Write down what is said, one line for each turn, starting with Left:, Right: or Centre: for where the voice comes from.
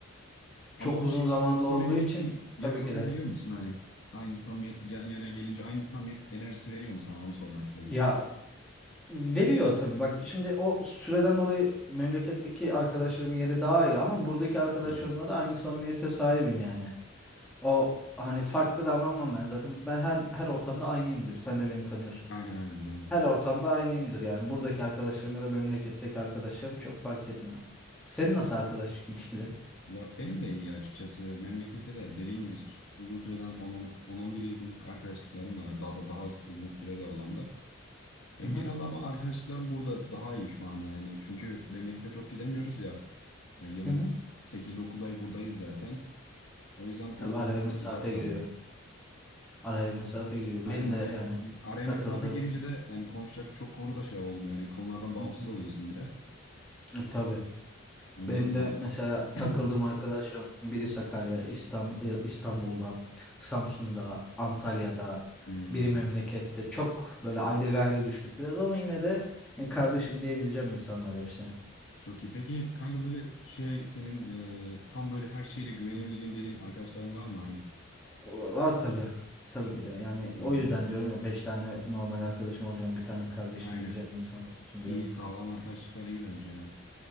Left: Ama
Centre: çok
Left: o
Centre: uzun
Left: şeyi,
Centre: zamanlı
Left: o samimiyeti
Centre: olduğu için
Left: yakalayabiliyor
Centre: tabii ki de
Left: musun hani? Aynı samimiyet yan yana gelince aynı samimiyet enerjisi veriyor mu sana? Onu sormak istedim.
Centre: ya veriyor tabii bak şimdi o süreden dolayı memleketteki arkadaşlarımın yeri daha ayrı ama buradaki arkadaşlarımla
Left: Tabii.
Centre: da aynı samimiyete sahibim yani. O hani farklı davranmam ben zaten. Ben her her ortamda aynıyımdır. Sen de beni tanıyorsun.
Left: Aynen aynen biliyorum zaten.
Centre: Her ortamda aynıyımdır yani. Buradaki arkadaşlarım ya da memleketteki arkadaşlarım çok fark etmiyor. Senin nasıl arkadaşlık ilişkilerin?
Left: Ya benim de iyi açıkçası. Memlekette de dediğin gibi s- uzun süreden on on on bir yıllık arkadaşlıklarım var. Yani Daha da daha uzun sürede olan var. Ya
Centre: Hı
Left: genel
Centre: hı.
Left: ama arkadaşlıklarım burada daha iyi şu an yani. Çünkü memlekete çok gidemiyoruz ya. Ya yılın
Centre: Hı hı.
Left: sekiz dokuz ay buradayız zaten. O yüzden onlardan
Centre: Tabii araya
Left: biraz
Centre: mesafe
Left: uzak kaldık.
Centre: giriyor. Araya mesafe giriyor.
Left: Aynen
Centre: Benim
Left: araya
Centre: de yani
Left: araya
Centre: takıldığım.
Left: mesafe girince de yani konuşacak çok konu da şey olmuyor. Yani konulardan bağımsız
Centre: Hı hı.
Left: oluyorsun biraz.
Centre: E, Tabii.
Left: Ondan
Centre: Benim
Left: dolayı.
Centre: de mesela
Left: <clears throat>
Centre: takıldığım arkadaşlarım biri Sakarya, İstanbul, İstanbul'da, Samsun'da, Antalya'da,
Left: Hmm,
Centre: biri memlekette. Çok böyle ayrı gayrı düştük biraz ama yine de e, kardeşim diyebileceğim insanlar hepsi.
Left: çok iyi. Peki kanka böyle şey senin e, tam böyle her şeyle güvenebileceğim dediğin arkadaşların var mı hani?
Centre: O- Var tabii. Tabii ki de. Yani
Left: Hmm,
Centre: o yüzden diyorum ya 5 tane normal arkadaşım olacağım, bir tane kardeşim
Left: aynen.
Centre: diyeceğim insan olsun diyorum.
Left: İyi sağlam arkadaşlıklar iyi bence ya.